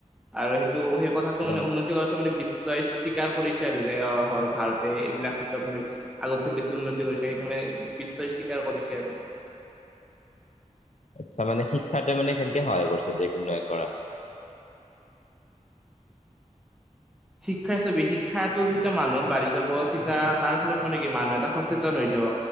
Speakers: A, in the centre; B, on the left.
A: সেইটো সেই কথাটো
B: মান
A: মানে উন্নতি কৰা মানে <unintelligible> স্বীকাৰ কৰিছে আৰু যে অ' হয় ভাৰতে এইবিলাক ক্ষেত্ৰত মানে আগতছে বেছি উন্নতি কৰিছে, সেইটো মানে নিশ্চয়, স্বীকাৰ কৰিছে আৰু।
B: আচ্ছা, মানে শিক্ষাটোৱে মানে কেনেকে সহায় কৰিছে দেশ উন্নয়ন কৰাত।
A: শিক্ষা ই চবি শিক্ষাটো যেতিয়া মানুহত বাঢ়ি যাব তেতিয়া তাৰ ফলত মানে কি মানুহ এটা সচেতন হৈ যাব।